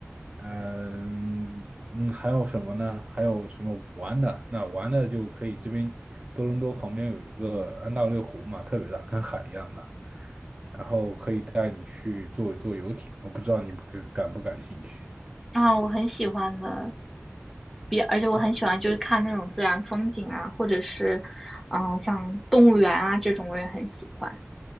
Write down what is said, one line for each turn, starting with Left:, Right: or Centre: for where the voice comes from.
Right: 嗯嗯，还有什么呢？还有什么玩的？那玩的就可以这边多伦多旁边有一个安大略湖嘛，特别大，跟海一样大，然后可以带你去坐坐游艇，我不知道你不感感不感兴趣。
Centre: 啊，我很喜欢的，比而且我很喜欢就是看那种自然风景啊，
Right: 哦，
Centre: 或者是嗯、呃像动物园啊这种，我也很喜欢。